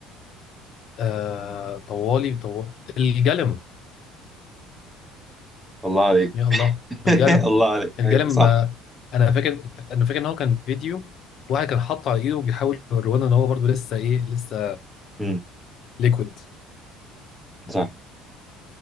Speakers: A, on the left (about 55°); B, in the centre.
A: آه... طوالي طو... الجلم
B: الله عليك
A: يا الله
B: <laughs>
A: الجلم
B: الله عليك
A: الجلم
B: ايوه صح
A: آه، انا فاكر انا فاكر ان هو كان فيديو واحد كان حاطه على ايده وبيحاول يوريهولنا ان هو برضه لسه ايه لسه
B: امم
A: ليكويد
B: صح